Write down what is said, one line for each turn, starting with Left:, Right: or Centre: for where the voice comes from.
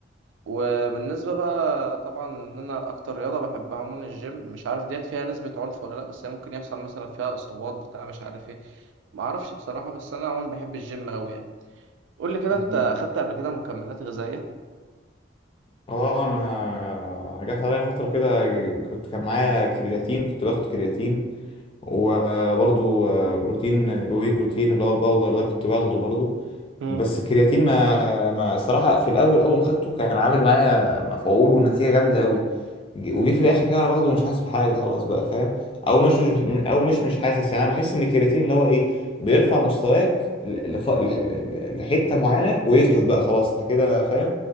Right: وبالنسبه بقى طبعا ان انا اكتر رياضه بحبها عموما الجيم مش عارف ديت فيها نسبه عنف ولا لا بس هي ممكن يحصل مثلا فيها اصابات بتاع مش عارف ايه ما اعرفش بصراحه بس انا عموما بحب الجيم قوي يعني قول لي كده
Left: مم.
Right: انت اخدت قبل كده مكملات غذائيه
Left: اه انا جات عليا فترة كده كنت كان معايا كرياتين كنت باخد كرياتين وبرضو بروتين الواي بروتين اللي هو الباودر ده كنت باخده برضو
Right: امم
Left: بس الكرياتين ما ما الصراحه في الاول اول ما خدته كان عامل معايا مفعول ونتيجه جامده قوي ج- وجي في الاخر كده وانا باخده مش حاسس بحاجه خلاص بقى فاهم او مش مش- او مش مش حاسس يعني انا بحس ان الكرياتين اللي هو ايه بيرفع مستواك ل- لف- ل- ل- لحته معينه ويثبت بقى خلاص انت كده فاهم